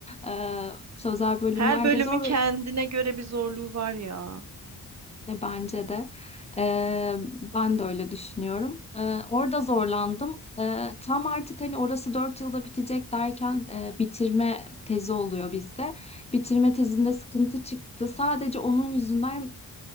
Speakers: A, on the left; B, on the right.
A: e, sözel bölümlerde
B: Her bölümün
A: zor
B: kendine
A: ve
B: göre bir zorluğu var ya.
A: e, Bence de. E, ben de öyle düşünüyorum. E, orada zorlandım. E, tam artık hani orası 4 yılda bitecek derken e, bitirme tezi oluyor bizde. Bitirme tezimde sıkıntı çıktı. Sadece onun yüzünden